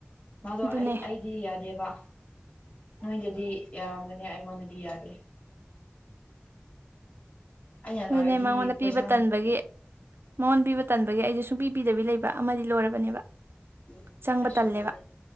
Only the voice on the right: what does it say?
ꯑꯗꯨꯅꯦ
ꯑꯗꯨꯅꯦ
ꯃꯉꯣꯟꯗ
ꯄꯤꯕ ꯇꯟꯕꯒꯤ ꯃꯉꯣꯟ ꯄꯤꯕ ꯇꯟꯕꯒꯤ ꯑꯩꯁꯨ ꯁꯨꯡ ꯄꯤ ꯄꯤꯗꯕꯤ ꯂꯩꯕ ꯑꯃꯗꯤ ꯂꯣꯏꯔꯕꯅꯦꯕ
ꯆꯪꯕ
ꯇꯜꯂꯦꯕ